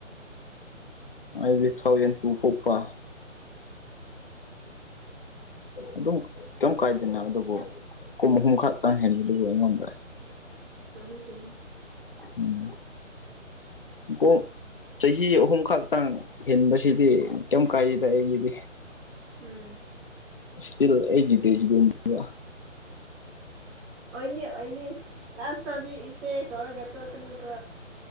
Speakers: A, on the left (about 45°); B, in the centre.
A: ꯎꯝ ꯑꯗꯨꯗꯤ ꯊꯥꯎꯖꯟ ꯇ ꯄꯣꯛꯄ ꯑꯗꯨꯝ ꯀꯩꯝ ꯀꯥꯏꯗꯦꯅ ꯑꯗꯨꯕꯨ ꯀꯨꯝ ꯑꯍꯨꯝ ꯈꯛꯇꯪ ꯍꯦꯟꯕꯗꯨꯕꯨ ꯑꯩꯉꯣꯟꯗ
B: ꯆꯨꯝꯃꯦ ꯆꯨꯝꯃꯦ
A: ꯎꯝ ꯀꯣ ꯆꯍꯤ ꯑꯍꯨꯝ ꯈꯛꯇꯪ ꯍꯦꯟꯕꯁꯤꯗꯤ ꯀꯩꯝ ꯀꯥꯏꯗꯦꯗ ꯑꯩꯒꯤꯗꯤ
B: ꯎꯝ
A: ꯏꯁꯇꯤꯜ ꯑꯩꯒꯤ ꯕꯦꯁ ꯒꯨꯝꯕ
B: ꯑꯣꯏꯅꯦ ꯑꯣꯏꯅꯤ ꯂꯥꯁꯇ ꯇꯗꯤ ꯏꯆꯦ ꯀꯧꯔꯒ‌ ꯇꯣꯛꯀꯅꯤ ꯀꯣ